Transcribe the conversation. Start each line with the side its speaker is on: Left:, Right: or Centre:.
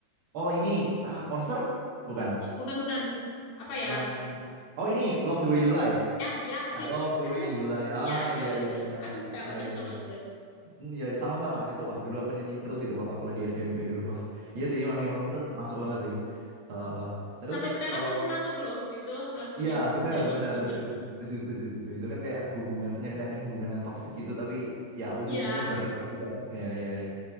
Right: Oh, ini ah, Monster bukan?
Left: Oh, bukan bukan. Apa ya?
Right: Yang Oh ini Love the Way You Lie.
Left: Ya ya sip.
Right: I love the way you lie. Ah,
Left: Ya ya
Right: iya
Left: betul.
Right: iya iya
Left: Aku
Right: Ah,
Left: suka
Right: iya
Left: banget
Right: iya
Left: sama
Right: iya.
Left: itu.
Right: Hmm, iya sama-sama. Itu wah dulu aku nyanyiin terus itu waktu aku lagi SMP dulu. Wah. Iya sih emang emang itu masuk banget sih. Eh, eh. terus
Left: Sampai sekarang
Right: kalau
Left: masih masuk loh itu lagunya
Right: Iya
Left: masih
Right: benar
Left: sering aku
Right: benar
Left: denger.
Right: setuju
Left: Mm.
Right: setuju setuju setuju. itu kan kayak hubungan nyeritain yang hubungan yang toksik gitu tapi ya ujung-ujungnya
Left: Iya.
Right: balik lagi kan Iya iya iya